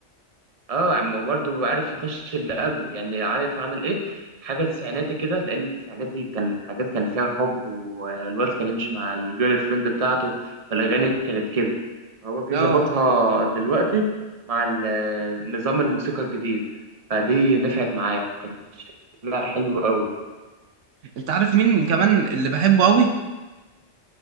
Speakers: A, on the right; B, on the right.
A: اه عم برضه عارف يخش اللي قبله يعني عارف عامل ايه حاجه تسعيناتي كده لان التسعيناتي كان حاجات كان فيها حب والواد كان يمشي مع الجيرل فريند بتاعته فالاغاني كانت كده هو جه
B: اه
A: ظبطها دلوقتي مع ال- نظام الموسيقى الجديد فدي نفعت معايا وكان شكلها حلو قوي
B: انت عارف مين كمان اللي بحبه قوي